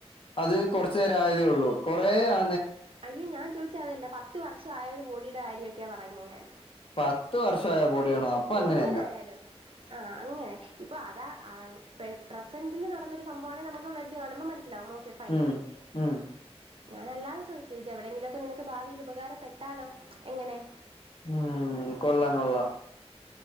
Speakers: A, on the left (about 55°); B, on the right (about 55°).
A: അത് കൊറച്ച് നേരം ആയതേ ഉള്ളൂ കൊറേ ആ
B: അയ്യോ ഞാൻ ചോദിച്ച അതല്ല പത്ത് വർഷം ആയ ഒര് ബോഡീടെ കാര്യൊക്കെയാ പറഞ്ഞേ ഞാൻ
A: പത്ത് വർഷമായ ബോഡിയാണോ അപ്പൊ അങ്ങനെയല്ല
B: എങ്ങനായാലും ആഹ് അങ്ങനെ ഇപ്പൊ അതാ പേ പ്രസന്റിൽ നടന്നൊര് സംഭവമാണെ നമ്മക്ക് ബ്ലഡ്ഡ് കാണുമ്പോ മനസ്സി ലാവും ഓക്കെ ഫൈൻ
A: ഉം ഉം
B: ഞാനല്ലാതെ ചോയ്ച്ച് ഇത് എവിടെങ്കിലൊക്കെ നിനക്ക് ഭാവിയില് ഉപകാരപ്പെട്ടാലോ എങ്ങനെ
A: ഉം കൊള്ളാം കൊള്ളാം